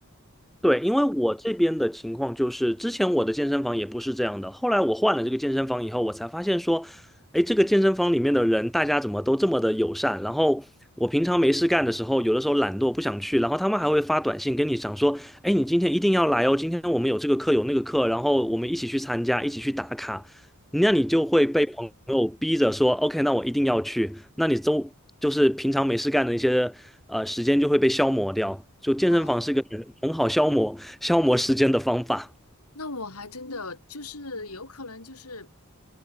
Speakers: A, in the centre; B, on the left (about 80°).
A: 对，因为我这边的情况就是，之前我的健身房也不是这样的，后来我换了这个健身房以后，我才发现说，哎，这个健身房里面的人，大家怎么都这么的友善？然后我平常没事干的时候，有的时候懒惰不想去，然后他们还会发短信跟你讲说，哎，你今天一定要来哦，今天我们有这个课有那个课，然后我们一起去参加，一起去打卡。那你就会被朋友逼着说，OK，那我一定要去。那你周就是平常没事干的一些呃时间就会被消磨掉。就健身房是一个很很好消磨消磨时间的方法。
B: 哦，那我还真的就是有可能就是。